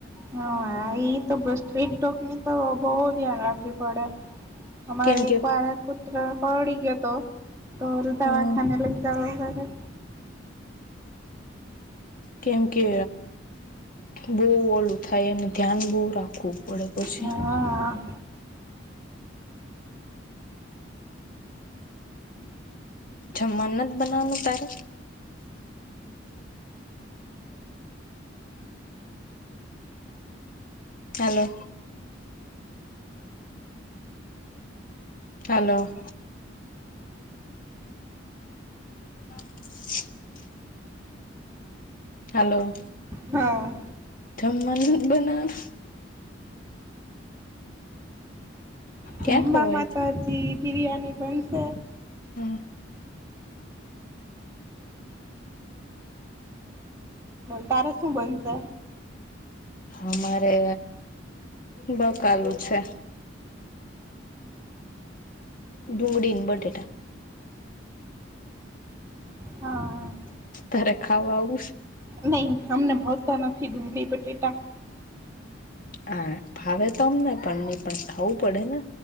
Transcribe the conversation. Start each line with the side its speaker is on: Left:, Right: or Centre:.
Right: હા એ તો બસ સ્ટિક ડોગ ની તો બહ ધ્યાન રાખવી પડે અમારે
Left: કેમ કે
Right: એક વાર કુત્રરા કરડી ગયો તો તો દવાખાને
Left: હમ
Right: લઈ <unintelligible>
Left: કેમ કે બહુ ઓલું થાય એને ધ્યાન બહુ રાખવું પડે પછી
Right: હા
Left: જમવા નુ નત બના વુ તારે હલો હાલો <inaudible> હલો.
Right: હા.
Left: જમવાનું બનાવાનું
Right: જમવાવામાં
Left: ક્યાં ખોવાય છે
Right: તો હજી બિરિયાની બનશે
Left: હમ્મ
Right: તારે શું બનશે
Left: અમારે બકાલુ છે ડુંગડી ને બટાકા
Right: હા
Left: તારે ખાવા આવુંશ
Right: નહી અમને ભાવતા નથી ડુંગળી બટેટા
Left: હા ફાવે તો અમને પણ એને પણ ખાવું પડે ને.